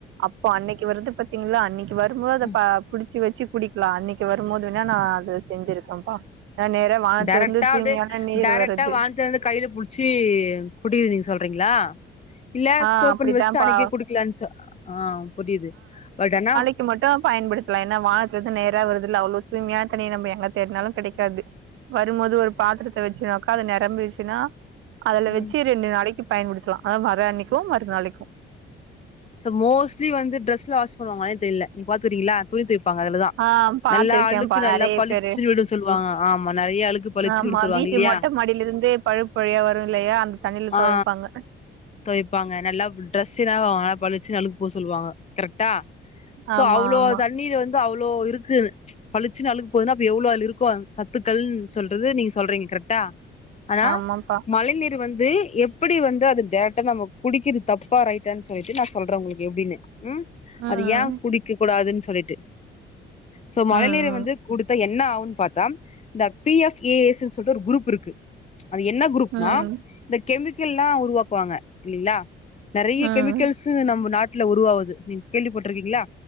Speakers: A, on the right; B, on the left.
A: அப்போ அன்னைக்கு வருது பாத்தீங்களா அன்னைக்கு வரும்போது அத
B: ம்
A: ப புடிச்சு வச்சு குடிக் இல்ல அன்னைக்கு வரும் போது வேன்னா நானன அது செஞ்சிருக்கேன்ப்பா நான் நேரா வானத்துல
B: டேரக்டா
A: இருந்து தூய்மையான
B: அப்டியா
A: நீர்
B: டேரக்டா
A: வருது
B: வானத்துலந்து கையில புடிச் சி குடிக்கறதுக் நீங்க சொல்றீங்களா இல்ல
A: ஆ
B: ஸ்டோர்
A: அப்படித்தான்ப்பா
B: பண்ணி வெச்சுட்டு அன்னைக்கே குடிக்கலான்சா ஆ புரிது பட் ஆனா
A: க்கு மட்டு பயன்படுத்தலா ஏனா வானத்துலிந்து நேரா வருது இல்ல அவ்ளோ தூய்மையான தண்ணி நம்ம எங்க தேடினாலு கெடைக்காது வரும்போது ஒரு பாத்திரத்த வெச்சு உக்காந்து நெரம்பிருச்சுன்னா அதுல
B: ம்
A: வெச்சு ரெண்டு நாளைக்கு பயன்படுத்தலா அதான் வர்ற அன்னைக்கு மறு நாளைக்கு
B: சோ மோஸ்ட்லி வந்து டிரெஸ்ல வாஷ் பண்ணுவாங்களான்னே தெரில நீங்க பாத்திருக்கீங்ளா துணி தவைப்பாங்க அதுலதான்
A: ஆ பாத்திருக்கேன்ப்பா
B: நல்லா அழுக்கு நல்லா
A: நெறைய
B: பளிச்சுன்னு
A: பேரு
B: விட சொல்லுவாங்க ஆமா நெறையா அழுக்கு பளிச்சு
A: ஆமா
B: விட சொல்லுவாங்க
A: வீட்டு
B: இல்லையா
A: மொட்ட மாடிலிருந்தே பழுப்பழியா வரு இல்லையா அந்த தண்ணில
B: ஆ
A: துவைப்பாங்க
B: துவைப்பாங்க நல்லா ட்ரெஸ் எல்லா நல்லா பளிச்சுனு நல்லா அழுக்கு போ சொல்லுவாங்க கரெக்டா சோ
A: ஆமா
B: அவ்ளோ
A: ஆமா
B: தண்ணீல வந் து அவ்ளோ இருக்கு பழச்சுனு அழுகு போகுதுனா அப்ப எவ்ளோ அதுல இருக்கு சத்துகள்ன் சொல்றது நீங்க சொல்றீங்க கரெக்டா ஆனா
A: ஆமாப்பா
B: மழை நீீர் வந்து எ இப்டி வந்து அது டைரக்டா நம்ம குடிக்கறது தப்பா ரைட்டான்னு சொல்லிட்டு நா சொல்றன் உங்களுக்கு எப்டின்னு ம்
A: ம்
B: அது ஏன் குடிக்க கூடாதுன்னு சொல்லிட்டு சோ மழை
A: ம்
B: நீீரை வந்து குடுத்தா என்ன ஆகுன்னு பாத்தா இந்த பி எப் ஏ எஸ் சொல்ட்டு ஒரு குரூப் இருக்கு அது என்ன குரூப்னா
A: ம் ம்
B: இந்த கெமிக்கல் எல்லா உருவாக்குவாங்க இல்லைங்ளா நெறையா
A: ம்
B: கெமிக்கல்ஸ் நம்ம நாட்ல உருவாவ்து நீங்க கேள்விப்பட்டிருக்கீங்ளா